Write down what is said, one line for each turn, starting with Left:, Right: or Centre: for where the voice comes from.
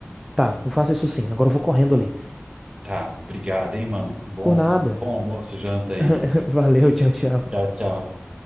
Centre: Tá, eu faço isso sim. Agora eu vou correndo ali.
Right: Tá, obrigado, hein, mano. Bom,
Centre: Por nada.
Right: bom almoço, janta aí.
Centre: <laughs> Valeu,
Right: <laughs>
Centre: tchau, tchau.
Right: Tchau, tchau.